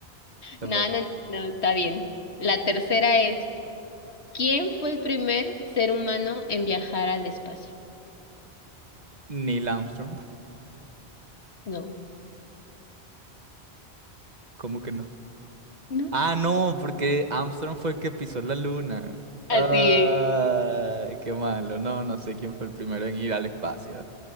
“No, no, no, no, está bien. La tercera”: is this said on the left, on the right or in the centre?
Left